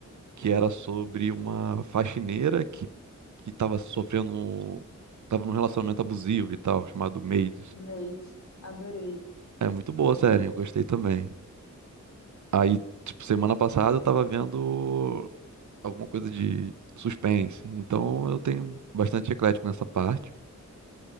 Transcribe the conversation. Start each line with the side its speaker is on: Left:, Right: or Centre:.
Right: que era sobre uma faxineira que, que estava sofrendo, estava num relacionamento abusivo e tal, chamado Maids.
Left: Made, adorei,
Right: É muito boa
Left: muito
Right: a série,
Left: bom.
Right: eu gostei também. Aí, tipo, semana passada eu tava vendo. alguma coisa de suspense. Então eu tenho bastante eclético nessa parte.